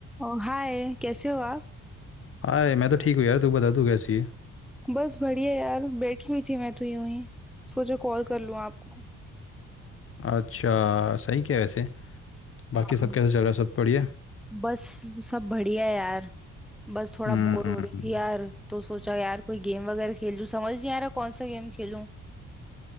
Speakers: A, in the centre; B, on the left.
A: ओ hi कैसे हो आप
B: हाय मैं तो ठीक हूँ यार तू बता तू कैसी है
A: बस बढ़िया यार बैठी हुई थी मैं तो यूं ही सोचा कॉल कर लूं आपको
B: अच्छा सही क्या है वैसे बाकी
A: हाँ,
B: सब कैसे चल रहा है सब बढ़िया
A: बस सब बढ़िया है यार बस थोड़ा
B: हम्म
A: बोर हो रही थी यार तो सोचा यार कोई गेम वगैरह खेल लूं समझ नहीं आ रहा कौन सा गेम खेलूं